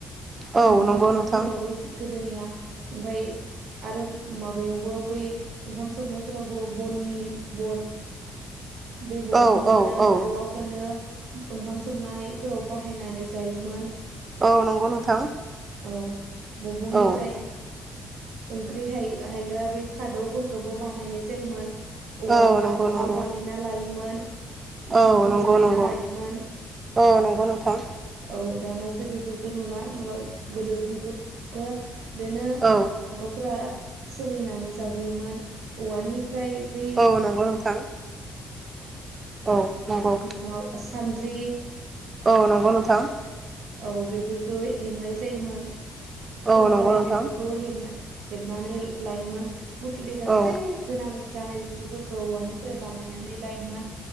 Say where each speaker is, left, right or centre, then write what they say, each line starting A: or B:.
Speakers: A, on the right (about 30°); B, on the right (about 75°).
A: औ
B: नुनो
A: नंगौ
B: मोनो
A: नोंथां
B: होमबाबो गोदोनिया ओमफाय आरो माबायावबो बै ओंखाम संनायफोरावबो बननि बन बे बंफंखौनो
A: औ औ औ
B: औवाखौनो ओंखाम संनायफोराव बाहायनानै जायोमोन
A: औ नंगौ नोंथां
B: औ दंफंनिफ्राय
A: औ
B: ओंख्रि हाय-हायग्रा बे खादौफोरखौबो बानायनाय जायोमोन उवाल
A: औ
B: बा
A: नंगौ
B: उवाल
A: नंगौ
B: बानायना लायोमोन
A: औ
B: दिंखि
A: नंगौ
B: बानायना
A: नंगौ
B: लायोमोन
A: औ नंगौ नोंथां
B: औ दानासो बेफोरखौ नुला नुवा गोदो बेफोरखौ बिदिनो
A: औ
B: बर'फोरा सोलिनानै जाबोयोमोन औवानि फ्राय बै
A: औ नंगौ नोंथां औ नंगौ
B: मुवा सानद्रि
A: औ नंगौ नोंथां
B: औ बेफोरखौ हेबनाय जायोमोन
A: औ
B: संग्राय
A: नंगौ नोंथां
B: बेफोरखौ हेबनाय हेबनानै लायोमोन मुथुथे गासै
A: औ
B: गोनां जानाय बुस्थुफोरखौ औवानिफ्राय बानायनानै लायोमोन